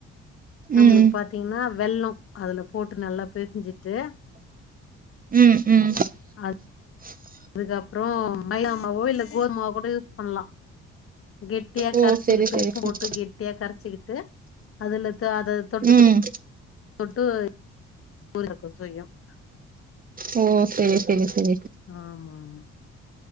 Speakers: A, on the left; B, on the right.
A: நம்முளுக்கு
B: ம்
A: பாத் தீங்ன்னா வெள்ளோ அதுல போட்டு நல்லா பெசஞ்சிட்டு
B: ம் ம்
A: அ
B: <unintelligible>
A: இதுகப்புறோ மைதமாவோ இல்ல கோதுமாவ கூட யூஸ் பண்லா கெட்டியா
B: ஓ
A: கரச்சிக்கிட்டு
B: செரி செரி
A: உப்பு
B: செரி
A: போட்டு கெட்டியா கரச்சிக்கிட்டு அதுல து அத தொட்டு
B: ம்
A: தொ ட்டு <unintelligible>
B: ஓ செரி செரி செ
A: ஆமாமா